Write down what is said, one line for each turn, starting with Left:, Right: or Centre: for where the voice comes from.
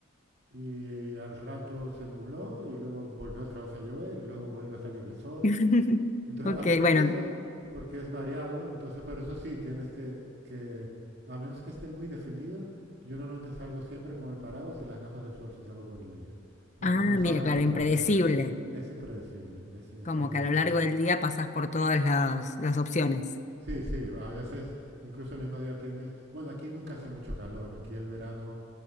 Right: y al rato se nubló y luego volvió otra vez a llover y luego vuelve a salir el sol.
Left: <laughs>
Right: Entonces,
Left: Ok,
Right: a mí me
Left: bueno.
Right: gusta porque es variado, entonces, pero eso sí, tienes que, que a menos que esté muy definido, yo normalmente salgo siempre con el paraguas y las gafas de sol si salgo por el día, porque
Left: Ah,
Right: no sabes
Left: mira, claro,
Right: lo que te
Left: impredecible.
Right: puedes encontrar. Es impredecible, es, es
Left: Como
Right: algo
Left: que a lo largo del día pasas por todas las, las opciones.
Right: Sí, sí, a veces incluso el mismo día tienes, bueno, aquí nunca hace mucho calor, aquí el verano